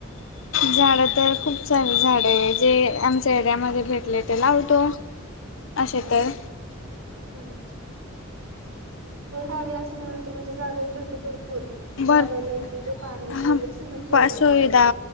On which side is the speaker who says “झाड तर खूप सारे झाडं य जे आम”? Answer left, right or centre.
Left